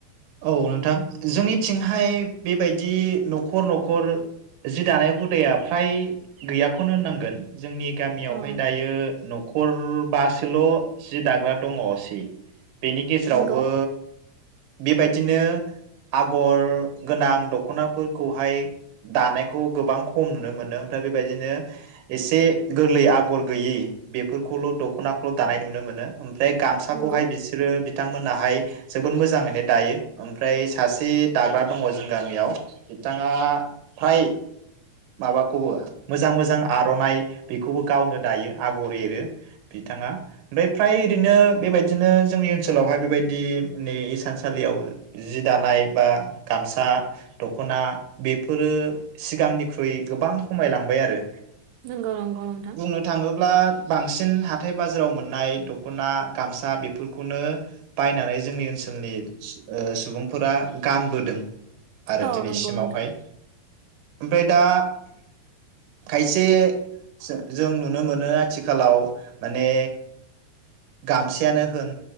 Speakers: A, on the right (about 65°); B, on the right (about 85°).
A: औ नोंथां जोंनिथिंहाय बेबायदि न'खर न'खर जि दानाय हुदाया फ्राय गैयाखौनो होननांगोन जोंनि गामियावहाय
B: औ
A: दायो न'खर बा सोल' जि दाग्रा दङ सि बेनि गेजेरावबो
B: नंगौ
A: बेबायदिनो आगर गोनां दख'नाफोरखौहाय दानायखौ गोबां खम नुनो मोनो ओमफ्राय बेबायदिनो एसे गोरलै आगर गैयि बेफोरखौल' दख'नाखौल' दानाय नुनो मोनो ओम फ्राय गामसाखौहाय
B: नंगौ
A: बिसोरो बि थांमोनाहाय जोबोद मोजाङैनो दायो ओमफ्राय सासे दाग्रा दङ जों गामियाव बिथाङा फ्राय माबाखौबो मोजां मोजां आर'नाइ बेखौबो गावनो दायो आगर एरो बिथाङा ओमफाय फ्राय ओरैनो बेबायदिनो जोंनि ओनसोलावहाय बेबायदि माने इसान सालियाव जि दानाय बा गामसा दख'ना बेफोरो सिगांनिख्रुइ गोबां खमायलांबाय आरो
B: नोंगौ नोंगौ नोंथां
A: बुंनो थाङोब्ला बांसिन हाथाय बाजाराव मोननाय दख'ना गामसा बेफोरखौनो बायनानै जोंनि ओनसोलनि सु ओ सुबुंफोरा गानबोदों आरो
B: औ
A: दिनैसिमावहाय
B: नंगौ नोंथां
A: ओमफाय दा खायसे जो जों नुनो मोनो आथिखालाव माने गामसायानो होन